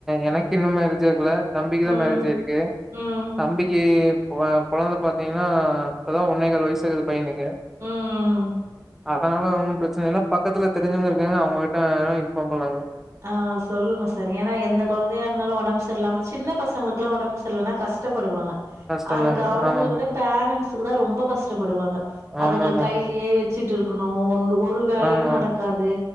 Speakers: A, in the centre; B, on the right.
A: எனக்கு இன்னு மேரேஜ் ஆகல தம்பிக்கு தா
B: ம்
A: மேரேஜ் ஆயிருக்கு
B: ம்
A: தம்பிக்கி இவ கொழந்த பாத்தீங்கனா இப்பதா ஒன்னேகால் வயசாகுது பையனுக்கு
B: ம் ம்
A: அதனால ஒன்னு பிரச்சன இல்ல பக்கத்துல தெரிஞ்சவ்ங்க இருக்காங்க அவுங்ககிட்ட இன்ஃபார்ம் பண்ணலாங்க
B: ஆ சொல்லுங்க சார் ஏனா எந்த கொழந்தயா இருந்தாலு ஒடம்பு செரியில்லாம சின்ன பசங்களுக்குலா ஒடம்பு செரியில்லனா கஷ் டப்படுவாங்க
A: கஷ்டந்தாங்க
B: அதுக்கு அவுங்கள
A: ஆமாங்க
B: விட பேரண்ட்ஸுக்கு தா ரொம்ப கஷ்டப்படுவாங்க அதுங்கள
A: ஆமா ஆமாங்க
B: கைலயே வச்சுட்ருக்கணு ஒன்று ஒரு ஒரு வேலையு
A: ஆமாமாங்க. ஆமா
B: நடக்காது